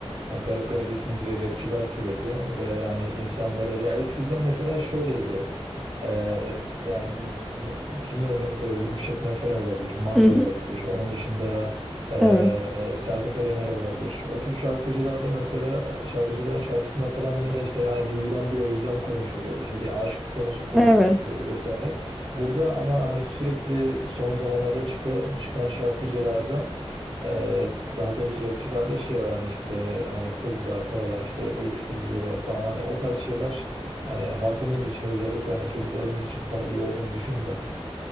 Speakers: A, on the right; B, in the centre.
A: yani garip garip isimli rapçiler türedi ve hani insanları ya eskiden mesela şöyleydi. Ee, yani m- kimden örnek verebilirim? Şebnem Ferah olabilir, Manga
B: Hı hı.
A: olabilir. Onun dışında ee,
B: Evet.
A: Sertab Erener olabilir. O tür şarkıcılarda mesela şarkıcıların şarkısında falan yine işte yani duyulan bir özlem konuşuluyordu. İşte bir aşk konusu konuşuluyordu
B: Evet.
A: vesaire. Burada ama hani sürekli son zamanlarda çıkan, çıkan şarkıcılarda e, daha doğrusu rapçilerde şey var hani işte hani kızlar, paralar işte uyuşturucular falan hani o tarz şeyler hani halkımız için özellikle hani çocuklarımız için falan iyi olduğunu düşünmüyorum.